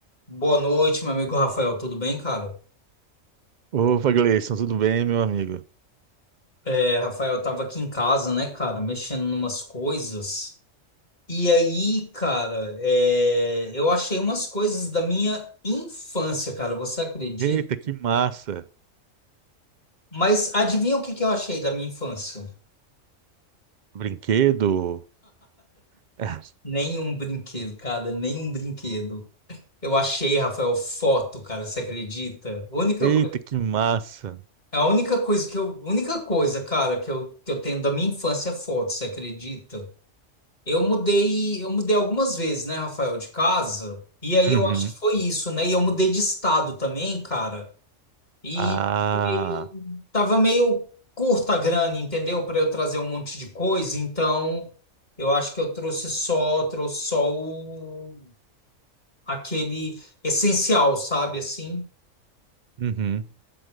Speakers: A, on the left (about 35°); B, on the right (about 60°).
A: Boa noite, meu amigo Rafael. Tudo bem, cara?
B: Opa, Gleison, tudo bem, meu amigo?
A: É, Rafael, eu tava aqui em casa, né, cara, mexendo numas coisas. E aí, cara, é, eu achei umas coisas da minha infância, cara. Você acredita?
B: Eita, que massa!
A: Mas adivinha o que que eu achei da minha infância?
B: Brinquedo? <laughs>
A: Nenhum brinquedo, cara, nenhum brinquedo. Eu achei, Rafael, foto, cara. Você acredita? A Única,
B: Eita,
A: co-
B: que massa!
A: a única coisa que eu, única coisa, cara, que eu, que eu tenho da minha infância é foto. Você acredita? Eu mudei, eu mudei algumas vezes, né, Rafael, de casa. E aí
B: Uhum.
A: eu acho que foi isso, né? E eu mudei de estado também, cara. E
B: Ah,
A: tava meio, tava meio curta a grana, entendeu? Para eu trazer um monte de coisa. Então, eu acho que eu trouxe só, trouxe só o, aquele essencial, sabe? Assim.
B: uhum.